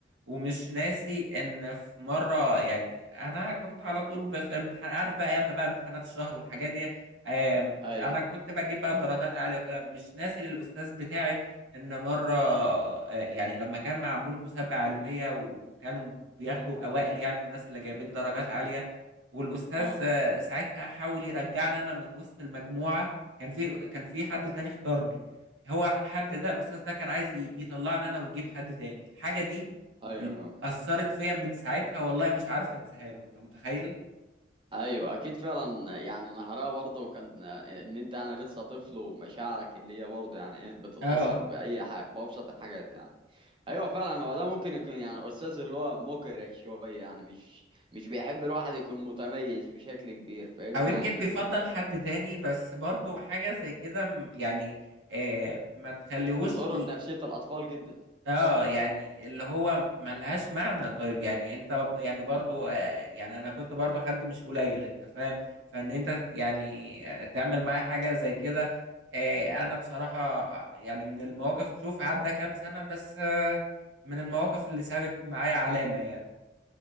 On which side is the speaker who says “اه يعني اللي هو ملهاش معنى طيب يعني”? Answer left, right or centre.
Right